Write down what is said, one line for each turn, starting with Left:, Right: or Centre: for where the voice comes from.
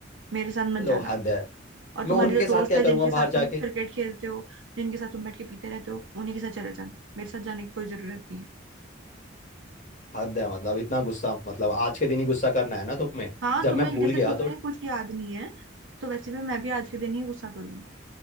Right: मेरे साथ मत
Left: लो
Right: जाना
Left: हद है
Right: और
Left: मैं
Right: तुम्हारे
Left: उनके
Right: जो दोस्त
Left: साथ क्या
Right: है जिनके
Left: करूंगा
Right: साथ
Left: बाहर
Right: तुम
Left: जाके
Right: क्रिकेट खेलते हो जिनके साथ तुम बैठ के पीते रहते हो उन्हीं के साथ चले जाना मेरे साथ जाने की कोई जरूरत नहीं है
Left: हद है मतलब इतना गुस्सा मतलब आज के दिन ही गुस्सा करना है ना तुम्हें
Right: हाँ
Left: जब
Right: तुम्हें
Left: मैं भूल
Right: जैसे
Left: गया
Right: तुम्हें
Left: तो
Right: कुछ याद नहीं है तो वैसे भी मैं भी आज के दिन ही गुस्सा करूंगी